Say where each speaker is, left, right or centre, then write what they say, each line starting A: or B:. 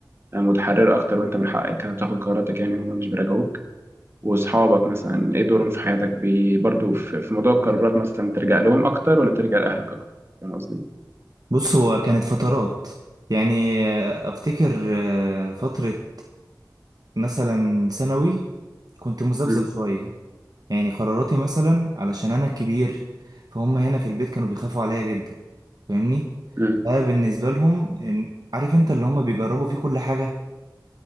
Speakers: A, on the right (about 35°); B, on the right (about 60°).
A: متحرره اكتر وانت من حقك تاخد قراراتك يعني وهم مش بيراجعوك واصحابك مثلا ايه دورهم في حياتك بي- برضو في في موضوع القرارات مثلا ترجع لهم اكتر ولا ترجع لاهلك اكتر فاهم قصدي
B: بص هو كانت فترات يعني آه، افتكر آه، فترة مثلا ثانوي كنت مذبذب
A: امم
B: شوية يعني قراراتي مثلا علشان انا الكبير فهم هنا في البيت كانوا بيخافوا عليا جدا فاهمني
A: امم
B: بقى بالنسبة لهم إن- عارف انت اللي هم بيجربوا فيه كل حاجة